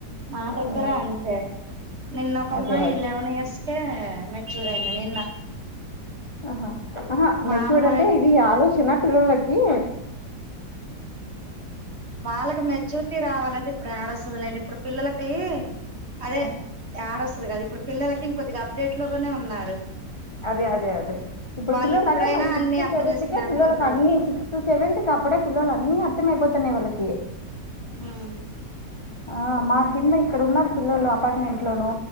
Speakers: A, on the right (about 40°); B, on the left (about 35°).
A: మా దగ్గర
B: ఆ
A: అంతే నిన్న ఒక అమ్మాయి
B: అదే అదే
A: లెవెన్ ఇయర్స్కే మెచ్యూర్ అయింది నిన్న
B: ఆహా ఆహా
A: మా
B: మెచ్చూడు
A: అమ్మాయి
B: అంటే ఇది ఆలోచన పిల్లలకి
A: వాళ్ళకి మెచ్యూరిటీ రావాలంటే ఇప్పుడు ఏడోస్తది లేడి ఇప్పుడు పిల్లలకి అదే
B: ఆ,
A: ఆడ వస్తుది కదా ఇప్పుడు పిల్లలకి ఇంకద్దిగా అప్డేట్ లోగానే ఉన్నారు
B: అదే అదే అదే ఇప్పు
A: వాళ్ళు
B: పిల్లలు
A: ఇప్పుడైనా
B: అదే మన సిక్స్త్
A: అన్ని అర్థం
B: సెవెంత్
A: చేసుకునే
B: కే
A: అంత
B: పిల్లలకి
A: ఉంది
B: అన్ని సిక్స్త్ సెవె క అప్పుడే పిల్లలు అన్ని అర్థమైపోతున్నాయి వాళ్లకి
A: ఉమ్
B: ఆ మా కింద ఇక్కడ ఉన్నారు పిల్లలు అపార్ట్మెంట్ లోను